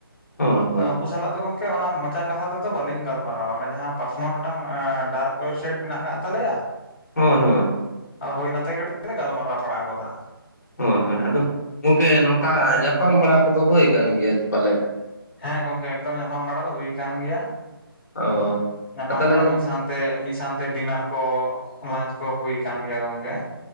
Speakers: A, on the left; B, on the left.
A: ᱦᱳᱭ ᱦᱳᱭ
B: ᱛᱚ, ᱩᱱᱠᱩ ᱥᱟᱞᱟᱜ ᱫᱚ ᱜᱚᱝᱠᱮ ᱚᱱᱟ ᱢᱚᱪᱟ ᱠᱟᱛᱷᱟ ᱛᱮᱫᱚ ᱵᱟᱹᱞᱤᱧ ᱜᱟᱞᱢᱟᱨᱟᱣ-ᱟ ᱮ ᱡᱟᱦᱟᱸ ᱯᱟᱨᱥᱚᱱᱟᱞ ᱢᱤᱫᱴᱟᱝ ᱰᱟᱨᱠ ᱚᱭᱮᱵᱥᱟᱭᱤᱴ ᱢᱮᱱᱟᱜ ᱠᱟᱫ ᱛᱟᱞᱮᱭᱟ᱾
A: ᱦᱳᱭ ᱦᱳᱭ ᱦᱳᱭ।
B: ᱟᱫᱚ ᱦᱳᱭ ᱱᱟᱛᱮ ᱠᱟᱹᱴᱤᱡ ᱜᱟᱞᱢᱟᱨᱟᱣ ᱵᱟᱲᱟ ᱜᱚᱫᱟ᱾
A: ᱦᱳᱭ ᱦᱳᱭ, ᱟᱫᱚ ᱜᱚᱝᱠᱮ ᱱᱚᱝᱠᱟ ᱧᱟᱯᱟᱢ ᱵᱟᱲᱟ ᱠᱚᱫᱚ ᱦᱩᱭ ᱠᱟᱱ ᱜᱮᱭᱟ ᱯᱟᱞᱮᱫ?
B: ᱦᱮᱸ ᱜᱚᱝᱠᱮ ᱮᱠᱫᱚᱢ ᱧᱟᱯᱟᱢ ᱵᱟᱲᱟ ᱫᱚ ᱦᱩᱭ ᱠᱟᱱᱟ ᱜᱮᱭᱟ᱾
A: ᱚ
B: ᱧᱟᱯᱟᱢ
A: ᱛᱟᱦᱚᱞᱮ
B: ᱵᱟᱲᱟ
A: ᱜᱚ
B: ᱢᱤᱫ ᱥᱟᱶᱛᱮ ᱢᱤᱫ ᱥᱟᱶᱛᱮ ᱰᱤᱱᱟᱨ ᱠᱚ ᱞᱟᱧᱪ ᱠᱚ ᱦᱩᱭ ᱠᱟᱱ ᱜᱮᱭᱟ ᱜᱚᱝᱠᱮ᱾